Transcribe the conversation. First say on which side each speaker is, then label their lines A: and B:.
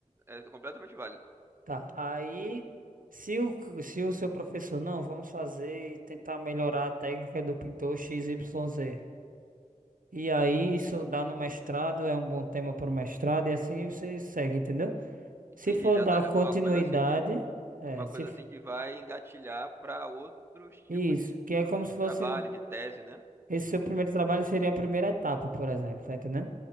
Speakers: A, on the right (about 15°); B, on the right (about 80°).
A: é, é completamente válido.
B: Tá, aí, se o, se o seu professor, não, vamos fazer e tentar melhorar a técnica do pintor x XYZ. E aí, isso dá no mestrado, é um bom tema para o mestrado, e assim você segue, entendeu?
A: Entendi,
B: Se for
A: já
B: dar
A: dá, é
B: continuidade,
A: uma coisa assim que
B: é,
A: uma
B: se,
A: coisa
B: f-
A: assim que vai engatilhar para outros tipos
B: isso,
A: de
B: que é como se fosse,
A: trabalho, de tese, né?
B: esse seu primeiro trabalho seria a primeira etapa, por exemplo, tá entendendo?